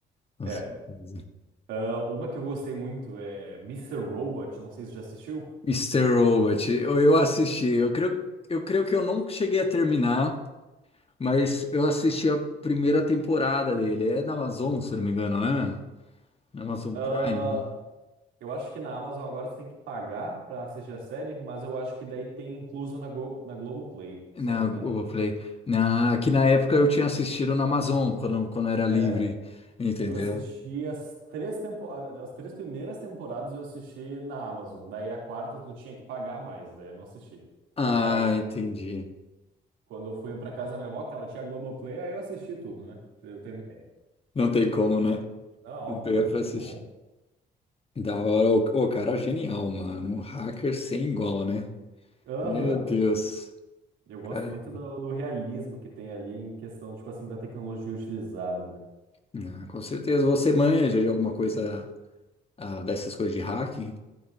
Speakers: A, on the left (about 30°); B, on the right (about 80°).
A: Com
B: É.
A: certeza.
B: Ah, uma que eu gostei muito é Mr. Robot, não sei se você já assistiu.
A: Mr. Robot, eu, eu assisti, eu creio, eu creio que eu não cheguei a terminar, mas eu assisti a primeira temporada dele. É na Amazon, se eu não me engano, né? Na Amazon
B: Ah,
A: Prime,
B: eu acho que na Amazon agora você tem que pagar pra assistir a série, mas eu acho que daí tem incluso na, Glo na Globoplay, se
A: né? na
B: eu não me
A: Globoplay.
B: engano.
A: Na, que na época eu tinha assistido na Amazon, quando, quando era
B: É,
A: livre, entendeu?
B: Eu assisti as três, tempo... as três primeiras temporadas eu assisti na Amazon. Daí a quarta tu tinha que pagar mais, daí eu não assisti.
A: Ah,
B: Mas aí,
A: entendi.
B: quando eu fui pra casa da minha avó, que ela tinha Globoplay, aí eu assisti tudo, né? Eu terminei.
A: Não tem como, né?
B: Não, óbvio,
A: Não pegar
B: muito
A: pra assistir.
B: bom.
A: Da hora, o, o cara é genial, mano. Um hacker sem igual, né?
B: Aham.
A: Meu Deus.
B: Eu gosto
A: Cara.
B: muito do, do realismo que tem ali em questão, tipo assim, da tecnologia utilizada, né?
A: Ah, com certeza. Você manja de alguma coisa ah, dessas coisas de hacking?